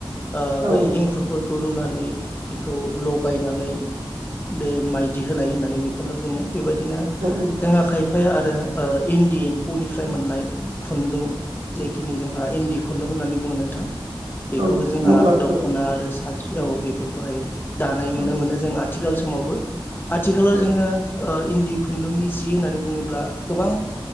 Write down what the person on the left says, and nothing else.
ओ
बै एंखुरफोरखौ रुनानै बेखौ लगायनानै बे माइदि होनाय होननानै बेखौनो बुङो बेबायदिनो
जों आखाय फाय आरो ओ इन्दि एम्फौनिफ्राय मोननाय खुन्दुं जेखिनि जोंहा इन्दि खुन्दुं होननानै बुङो नोंथां बेखौबो
जोंहा
दख'ना आरो साद्रियाव बेफोरखौहाय दानाय नुनो
मोनो जों आ आथिखाल समावबो आथिखालाव
जोङो इन्दि खुन्दुंनि जि होननानै बुङोब्ला गोबां